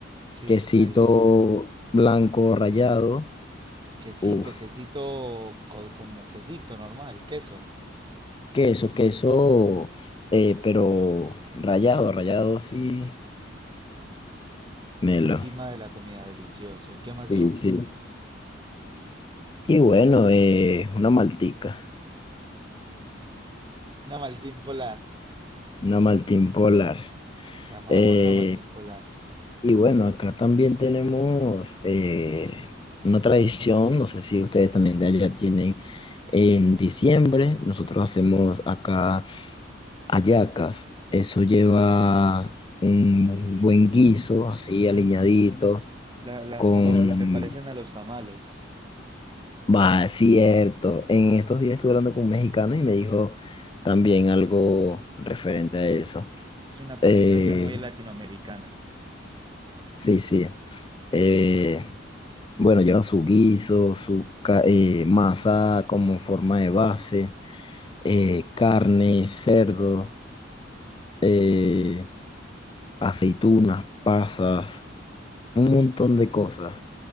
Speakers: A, on the right; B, on the left.
A: Sí,
B: quesito
A: ya dijiste.
B: blanco rallado,
A: Quesito,
B: uff,
A: quesito, co- como quesito normal, queso.
B: queso, queso, eh, pero rallado, rallado así, melo,
A: Encima de la comida, delicioso. ¿Y qué más
B: sí,
A: lleva?
B: sí. Y bueno, eh, una maltica,
A: Una Maltín Polar,
B: una maltín polar.
A: la famosa
B: eh
A: Maltín Polar.
B: Y bueno, acá también tenemos eh, una tradición, no sé si ustedes también de allá tienen, en diciembre nosotros hacemos acá hallacas, eso lleva un buen guiso,
A: Mm,
B: así
A: ah,
B: aliñadito,
A: sí, s- la- las
B: con...
A: conozco, se parecen a los tamales.
B: Va, es cierto, en estos días estuve hablando con un mexicano y me dijo también algo referente a eso.
A: Es una presentación
B: Eh,
A: muy latinoamericana.
B: Sí, sí. Eh, bueno, lleva su guiso, su ca- eh, masa como forma de base, eh, carne, cerdo, eh, aceitunas, pasas, un montón
A: Mm,
B: de cosas